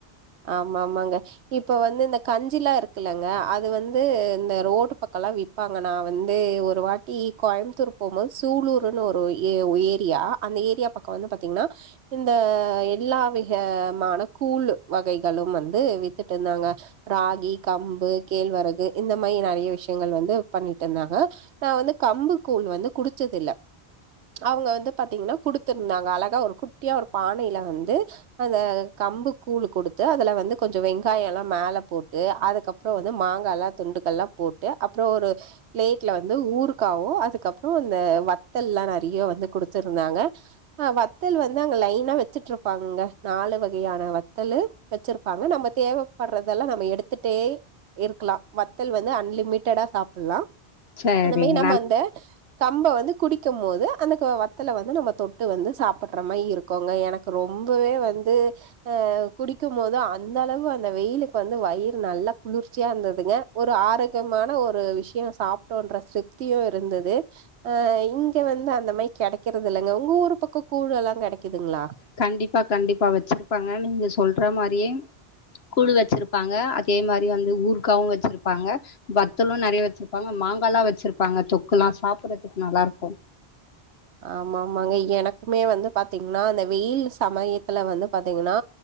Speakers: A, on the right; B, on the left.
A: ஆமாமாங்க இப்ப வந்து இந்த கஞ்சிலா இருக்குல்லங்க அது வந்து இந்த ரோடு பக்கோல்லா வி ப்பாங்க நா வந்து ஒரு வாட்டி கோயம்புத்தூர் போம்போது சூலூருனு ஒரு ஏ ஏரியா அந்த ஏரியா ப க்கோ வந்து பாத்தீங்கன்னா இந்த எல்லா விஹமான கூழு வகைகளும் வந்து வித்துட்ருந்தாங்க ராகி கம்பு கேழ்வரகு இந்த மாரி நறைய விஷ்யங்கள் வந்து பண்ணிட்ருந்தாங்க நா வந்து கம்பு கூழ் வந்து குடிச்சதில்ல அவுங்க வந்து பாத்தீங்கன்னா குடுத்துருந்தாங்க அழகா ஒரு குட்டியா ஒரு பானைல வந்து அந்த கம்புக் கூழு குடுத்து அதுல வந்து கொஞ்சோ வெங்காயோலா மேல போட்டு அதுக்கப்றோ வந்து மாங்காலா துண்டுகள்லா போட்டு அப்றோ ஒரு பிளேட்ல வந்து ஊறுக்காவு அதுக்கப்றோ அந்த வத்தல்லா நறைய வந்து குடுத்துருந்தாங்க ஆ வத்தல் வந்து அங்க லைனா வச்சுட்ருப்பாங்கங்க நாலு வகையான வ த்தலு வச்சிருப்பாங்க நம்ம தேவப்பட்றதெல்லா நம்ம எடுத்துட்டே இருக்லா வத்தல் வந்து அன்லிமிட்டடா சாப்புலா
B: சரிங்க.
A: அந்த மாரி நம்ம
B: நல்
A: அந்த கம்ப வந்து குடிக்கம்மோது அந்த க வத்தல வந்து நம்ம தொட்டு வந்து சாப்புட்ற மாரி இரு க்குங்க எனக்கு ரொம்பவே வந்து ஆ குடிக்கும்மோது அந்தளவு அந்த வெயிலுக்கு வந்து வய்று நல்லா குளிர்ச்சியாந்ததுங்க ஒரு ஆரோக்கியமான ஒரு விஷ்யோ சாப்ட்டோன்ற திருப்தியு இருந்தது ஆ இங்க வந்து அந்த மாரி கெடைக்கறது இல்லங்க உங்க ஊர் பக்கோ கூழ்ழெல்லா கெடைக்கிதுங்ளா
B: கண்டிப்பா கண்டிப்பா வச்சிருப்பாங்க நீங்க சொல்ற மாரி கூழு வச்சிருப்பாங்க அதே மாரி வந்து ஊற்காவு வச்சிருப்பாங்க வத்தலு நறைய வச்சிருப்பாங்க மாங்காலா வச்சிருப்பாங்க தொக்குல்லா சாப்புறதுக்கு நல்லாருக்கு
A: ஆமாமாங்க எனக்குமே வந்து பாத்தீங்னா அந்த வெயில் சமயத்துல வந்து பாத்தீங்கன்னா